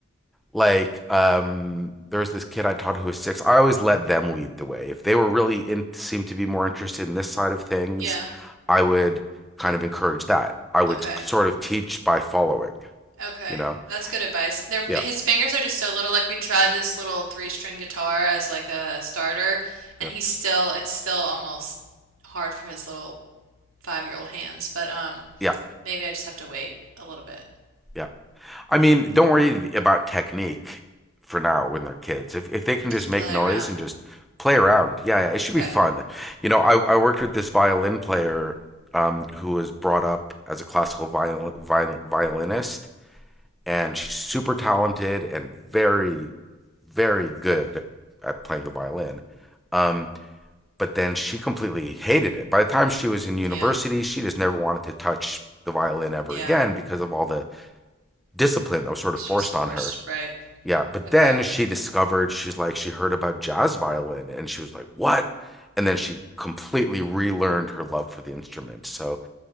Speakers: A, in the centre; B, on the right.
A: like um there was this kid I taught who was six. I always let them lead the way. If they were really in seemed to be more interested in this side of things,
B: Yeah.
A: I would kind of encourage that. I would
B: Okay.
A: sort of teach by following,
B: Okay.
A: you know?
B: That's good advice. Their
A: Yeah.
B: his fingers are just so little. Like we tried this little three-string guitar as like a starter, and
A: Yeah.
B: he's still it's still almost hard for his little five-year-old hands. But um,
A: Yeah.
B: maybe I just have to wait a little bit.
A: Yeah. I mean, don't worry about technique for now when they're kids. If if they can
B: Just
A: just make
B: play
A: noise
B: around.
A: and just play around. Yeah, yeah. It should
B: Okay.
A: be fun. You know, I, I worked with this violin player um, who was brought up as a classical viol- viol- violinist and she's super talented and very, very good at playing the violin. Um, but then she completely hated it. By the time
B: Hmm.
A: she was in university,
B: Yeah.
A: she just never wanted to touch the violin ever
B: Yeah.
A: again because of all the discipline that was sort
B: She
A: of forced
B: was forced,
A: on her.
B: right?
A: Yeah, but
B: Okay.
A: then she discovered she's like she heard about jazz violin and she was like, "What?" And then she completely relearned her love for the instrument. So,